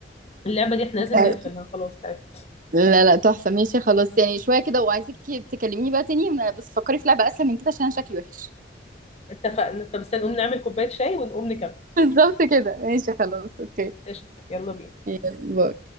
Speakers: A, on the left; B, on the right.
A: اللعبة دي إحنا لازم
B: آه،
A: نقفلها خلاص تعبت
B: لا لا تحفة ماشي خلاص يعني شوية كده وعايزاكي تكلميني بقى تاني بس فكري في لعبة أسهل من كده عشان أنا شكلي وحش
A: اتفقنا طب استنى نقوم نعمل كوباية شاي ونقوم نكمل
B: <laughs> بالظبط كده ماشي خلاص اوكي
A: قشطة يلا بينا
B: باي